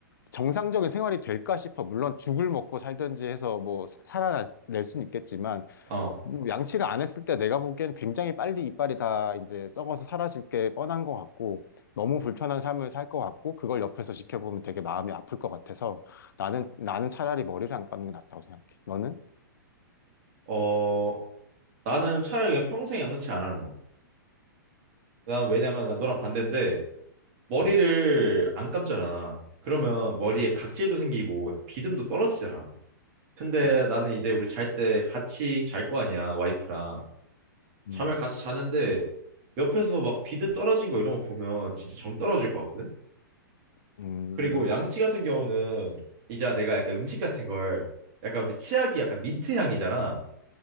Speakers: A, on the left; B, on the right.
A: 정상적인 생활이 될까 싶어. 물론 죽을 먹고 살든지 해서 뭐 사- 살아낼 수는 있겠지만
B: 어.
A: 어, 뭐 양치를 안 했을 때 내가 보기엔 굉장히 빨리 이빨이 다 이제 썩어서 사라질 게 뻔한 것 같고 너무 불편한 삶을 살 것 같고 그걸 옆에서 지켜보면 되게 마음이 아플 것 같아서 나는 나는 차라리 머리를 안 감는 게 낫다고 생각해. 너는?
B: 어, 나는 차라리 그냥 평생 양치 안 하는 거. 난 왜냐면 난 너랑 반대인데 머리를
A: 음,
B: 안 감잖아. 그러면 머리에
A: 음,
B: 각질도 생기고 약간 비듬도 떨어지잖아. 근데
A: 음,
B: 나는 이제 우리 잘 때 같이 잘 거 아니야, 와이프랑. 잠을
A: 음,
B: 같이 자는데 옆에서 막 비듬 떨어진 거 이런 거 보면 진짜 정 떨어질 것 같거든?
A: 음,
B: 그리고 양치 같은 경우는 이제 내가 약간 음식 같은 걸 약간 우리 치약이 약간 민트 향이잖아.